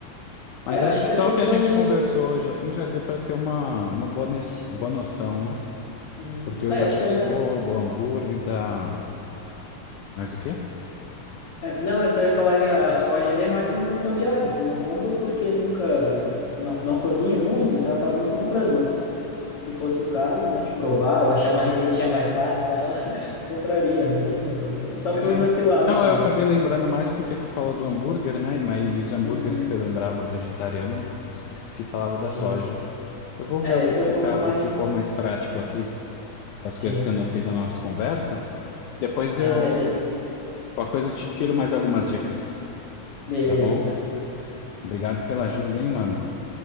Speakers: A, on the left (about 75°); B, on the left (about 50°).
A: Mas
B: É, acho
A: acho que
B: que
A: só
B: é questão
A: o que a gente
B: de.
A: conversou hoje, assim, já deu para ter uma, uma boa, nes-
B: Sim.
A: boa noção, né?
B: Uhum.
A: Porque o
B: É,
A: yakisoba,
B: acho que é mais.
A: o hambúrguer dá mais o quê?
B: É, não, eu só ia falar que a, a soja ali é mais uma questão de hábito. Eu não compro porque nunca, não, não cozinho muito, então eu acabo não comprando. Mas se fosse o caso, né, de provar ou achar uma receitinha mais fácil com ela, <laughs> compraria, né, bem tranquilo. É só
A: É.
B: por não ter o hábito
A: Não, eu
B: mesmo.
A: acabei lembrando mais porque tu fala do hambúrguer, né? Mas e os hambúrgueres
B: Uhum.
A: que eu lembrava vegetariano se, se falava da
B: Sim,
A: soja.
B: sim.
A: Eu vou ver
B: É,
A: o que
B: isso
A: fica,
B: eu como mais.
A: o que for mais prático aqui, as
B: Sim.
A: coisas que eu anotei da nossa conversa. Depois
B: Ah,
A: eu,
B: beleza.
A: qualquer coisa eu te tiro mais algumas dicas,
B: Beleza,
A: tá bom?
B: então.
A: Obrigado pela ajuda, hein, mano.